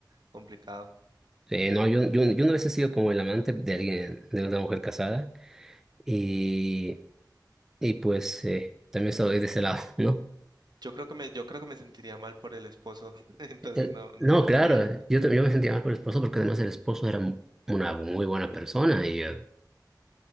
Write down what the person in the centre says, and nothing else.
Eh, no, yo, yo, yo una vez he sido como el amante de alguien, de una mujer casada, y, y pues eh, también estoy de ese lado, <laughs> ¿no?
Eh,
no,
claro,
yo, también- yo me sentía mal por el esposo porque además el esposo era mu- una muy buena persona y, eh,